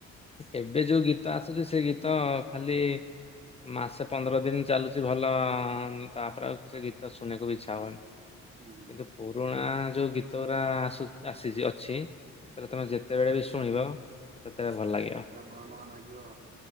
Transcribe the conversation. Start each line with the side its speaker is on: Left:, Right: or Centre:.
Left: ଏବେ ଯୋଉ ଗୀତ ଆସୁଛି ସେ ଗୀତ ଖାଲି ମାସେ ପନ୍ଦର ଦିନ ଚାଲୁଛି ଭଲ ତାପରେ ଆଉ ସେ ଗୀତ ଶୁଣିବାକୁ ବି ଇଚ୍ଛା ହୁଏନି।
Right: ହୁଁ।
Left: କିନ୍ତୁ ପୁରୁଣା ଯୋଉ ଗୀତ ଗୁଡ଼ା ଆସ ଆସି ଅଛି। ହେଲେ ତମେ ଯେତେବେଳେ
Right: ହୁଁ
Left: ବି ଶୁଣିବ ସେତେବେଳେ ଭଲ ଲାଗିବ।
Right: ପୁରା ନୂଆ ନୂଆ ଲାଗିବ।